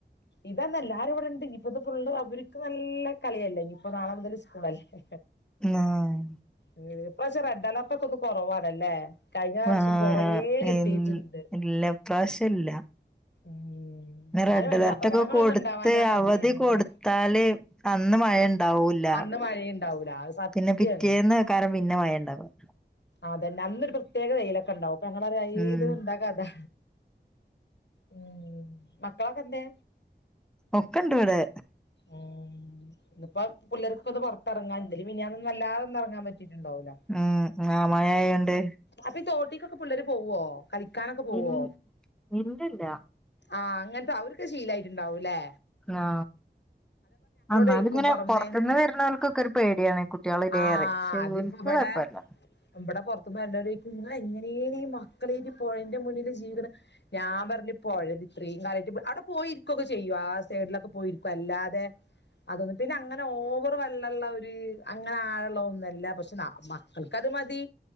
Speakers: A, on the left; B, in the centre.
A: ഇതന്നല്ലാരുംവടെണ്ട് ഇനിപ്പോ ത് ഫുള്ള് അവർക്ക് നല്ല കളിയല്ലേ ഇഞ്ഞിപ്പൊ നാളെ മുതൽ സ്കൂ കൂളല്ലേ
B: ആഹ്
A: ഉം ഇപ്പ്രവിശ്യം റെഡ് അലേർട്ടൊക്കെന്ന് കൊറവാണല്ലേ കഴിഞ്ഞ വർഷം
B: ആഹ്
A: കൊറേ
B: ആഹ്
A: കിട്ടിയിട്ടുണ്ട്
B: ഇൽ ഇല്ല ഇപ്രാശ്യല്ല
A: ഉം
B: ന്ന്
A: എന്നാലും
B: റെഡലേർടൊക്കെ
A: വേണ്ടില്ല അപകടങ്ങളൊന്നും
B: കൊടുത്ത്
A: ഉണ്ടാവാഞ്ഞാ മതിയായിരുന്നേ
B: അവധി കൊട്ത് ത്താല് അന്ന് മഴണ്ടാവൂല്ല
A: അന്ന് മഴയുണ്ടാവൂല അത് സത്യാണ്
B: പിന്നെ പിറ്റേന്ന് കാരം പിന്നെ മഴണ്ടാകും
A: അതന്നെ അന്നൊരു പ്രത്യേക വെയിലൊക്കെണ്ടാവും പ്പഞങ്ങളറാ അയ്
B: ഉം
A: ഇതെന്താ കഥാ ഉം മക്കളൊക്കെന്തേ
B: ഒക്കെണ്ട് ഇവടെ
A: ഉം ഇന്നിപ്പോ പിള്ളേർകൊന്ന് പുറത്തെറങ്ങാൻ ഇന്നലെമിനിഞ്ഞാന്നൊന്നും വല്ലാതൊന്നും ഇറങ്ങാൻ പറ്റിട്ടുണ്ടാവൂല
B: ഉം ആമായായോണ്ട്
A: അപ്പൊ ഈ തോട്ടിക്കൊക്കെ പിള്ളേര് പോവോ കളിക്കാനൊക്കെ പോവോ
B: ഇൽ ഇല്ലല്ല
A: ആഹ് അങ്ങനത്തെ അവർക്ക് ശീലായിട്ടുണ്ടാവുല്ലെ
B: ന്നാ അന്നാല്
A: ചോയ്ക്കും
B: ഇങ്ങനെ
A: പുറമേന്ന്
B: പുറത്ത്ന്ന് വരുന്നോൽക്കൊക്കെ ഒരു പേടിയാണ് കുട്ടികളിലേറെ
A: ആഹ്
B: ശെ
A: അതിപ്പോ
B: ഓൽക്ക്
A: ഇവിടെ
B: കുയപ്പല്ല
A: ഇവിടെ പുറത്തുന്ന് വരണ വര് ചോദിക്കും ങ്ങളെങ്ങനേണ് ഈ മക്കളെ പുഴന്റെ മുന്നില് ജീവിക്കണെ ഞാൻ പറഞ്ഞഞ് പുഴ ഇത്രയും കാലമായിട്ട് അവിടെ പോയിരിക്കുക്കെ ചെയ്യും ആ സൈഡിലൊക്കെ പോയിരിക്കും അല്ലാതെ അതൊന്ന പിന്നെ അങ്ങനെ ഓവർ വള്ളള്ള ഒരു അങ്ങനെ ആഴള്ള ഒന്നല്ല പക്ഷെ അവർക്കത് മതി